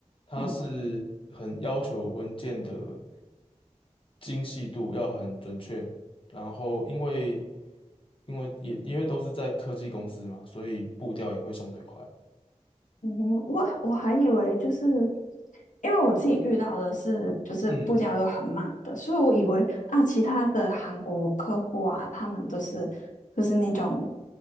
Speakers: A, on the left (about 45°); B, on the left (about 85°).
A: 他是很要求文件的
B: 嗯
A: 精细度要很准确，然后因为因为也因为都是在科技公司嘛，所以步调也会相对快。
B: 嗯我我还以为就是，因为我自己遇到的是就是步调都很慢的，
A: 嗯
B: 所以我以为啊，其他的韩国客户啊，他们都是就是那种